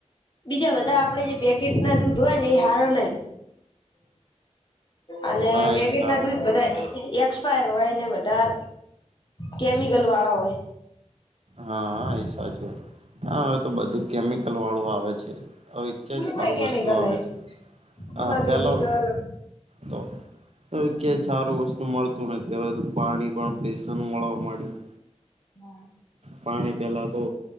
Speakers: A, on the left; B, on the right.
A: બીજા બધા આપડે જે પેકેટના દૂધ હોય ને એ હારા નય અને
B: હા
A: પેકેટના
B: એ સારા
A: દૂધ
B: ને
A: બધા એક્સપાયર હોય ને વધાર કેમિકલ વાળા હોય
B: હા હા એ સાચું હા હવે તો બધું કેમિકલ વાળું આવે છે. હવે કય
A: ફૂડમાં
B: સારું
A: કેમિકલ
B: વસ્તુ આવે
A: હે.
B: છે
A: ફૂડમાં
B: આ પેહેલા
A: કેમિકલ
B: તો હવે ક્યાંય સારું વસ્તુ મળતું નથી હવે તો પાણી પણ પૈસા નું મળવા માંડ્યું.
A: હા
B: પાણી પહેલાં તો